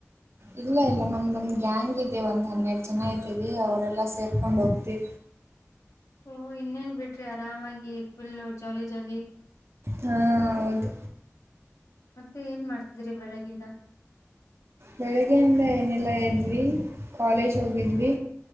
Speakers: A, on the right (about 55°); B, on the left (about 85°).
A: ಇಲ್ಲ ಇಲ್ಲ ನಮಂದ್ ಗ್ಯಾಂಗ್ ಇದೆ ಒಂದ್ ಹನ್ನೆರಡು ಜನ ಇದ್ದೀವಿ ಅವರೆಲ್ಲಾ ಸೇರ್ಕೊಂಡ್ ಹೋಗ್ತೀವಿ
B: ಹೂಂ ಇನ್ನೇನ್ ಬಿಡ್ರಿ ಆರಾಮಾಗಿ ಫುಲ್ ಜಾಲಿ ಜಾಲಿ
A: ಹಾ ಹೌದು
B: ಮತ್ತೆ ಏನ್ ಮಾಡ್ತಿದ್ರಿ ಬೆಳಗಿಂದ
A: ಬೆಳಿಗ್ಗೆಯಿಂದ ಏನಿಲ್ಲ ಎದ್ವಿ ಕಾಲೇಜ್ ಹೋಗಿದ್ವಿ